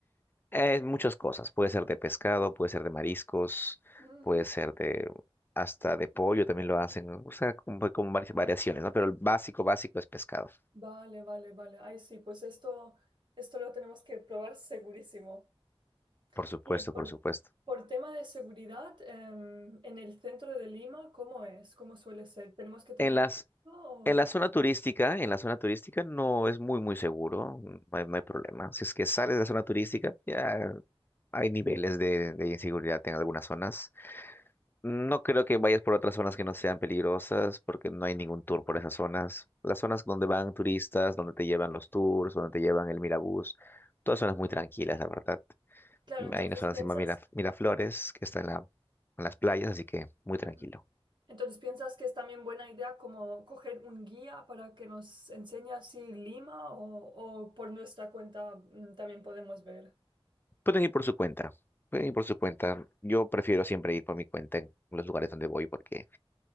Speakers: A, on the left (about 20°); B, on the right (about 50°).
A: Es muchas cosas, puede ser de pescado, puede ser de mariscos,
B: Ujú.
A: puede ser de hasta de pollo también lo hacen, ¿no? o sea, como, como varias variaciones, ¿no? Pero el básico, básico es pescado,
B: Vale, vale, vale. Ay, sí, pues esto, esto lo tenemos que probar segurísimo.
A: por supuesto,
B: Y por,
A: por supuesto.
B: por tema de seguridad, em, en el centro de Lima, ¿cómo es? ¿Cómo suele ser? ¿Tenemos que tener
A: En las,
B: cuidado? o-
A: en la zona turística, en la zona turística no es muy, muy seguro, no hay, no hay problema. Si es que sales de la zona turística, ya hay niveles de, de inseguridad en algunas zonas. No creo que vayas por otras zonas que no sean peligrosas, porque no hay ningún tour por esas zonas. Las zonas donde van turistas, donde te llevan los tours, donde te llevan el Mirabús, todas zonas muy tranquilas, la verdad.
B: Claro, entonces
A: Hay una zona
B: piensas,
A: que se llama Mira- Miraflores, que está en la, en las playas, así que muy tranquilo.
B: Ujú. entonces piensas que es también buena idea como coger un guía para que nos enseñe así Lima o, o por nuestra cuenta mm, también podemos ver.
A: Pueden ir por su cuenta. Pueden ir por su cuenta. Yo prefiero siempre ir por mi cuenta en los lugares donde voy porque